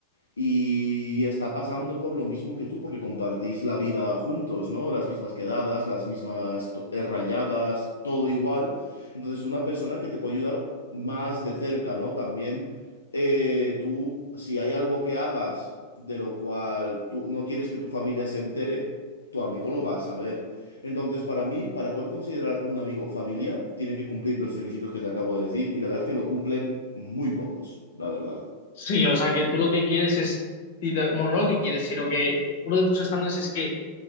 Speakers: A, on the left; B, on the left.
A: y está pasando por lo mismo que tú, porque compartís la vida juntos, ¿no? Las mismas quedadas, las mismas to- eh, rayadas, todo igual. Entonces es una persona que te puede ayudar más de cerca, ¿no? También eh, tú, si hay algo que hagas de lo cual tú no quieres que tu familia se entere, tu amigo lo va a saber. Entonces, para mí, para poder considerar un amigo familia, tiene que cumplir los requisitos que te acabo de decir, y la verdad es que lo cumplen muy pocos, la verdad.
B: Sí, o sea que tú lo que quieres es, y de- bueno, no lo que quieres, sino que uno de tus estándares es que